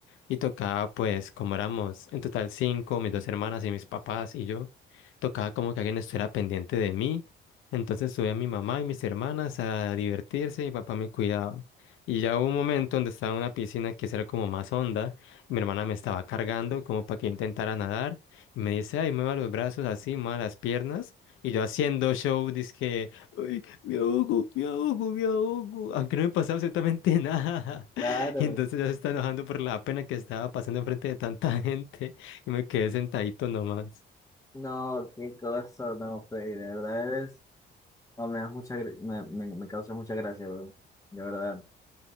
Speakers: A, on the left; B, on the left.
A: Y tocaba, pues, como éramos en total cinco, mis dos hermanas y mis papás y yo, tocaba como que alguien estuviera pendiente de mí. Entonces subí a mi mamá y mis hermanas a divertirse, mi papá me cuidaba. Y ya hubo un momento donde estaba en una piscina que era como más honda, mi hermana me estaba cargando como para que yo intentara nadar, y me dice, ay, mueva los brazos así, mueva las piernas, y yo haciendo show, dizque, ay, me ahogo, me ahogo, me ahogo, aunque no me pasaba absolutamente <laughs> nada.
B: Claro.
A: <laughs> Y entonces ya se está enojando por la pena que estaba pasando enfrente de tanta <laughs> gente y me quedé sentadito nomás.
B: No, qué cosa, no, Freddy, de verdad eres, no, me das mucha, gr- me, me, me causa mucha gracia, bro, de verdad.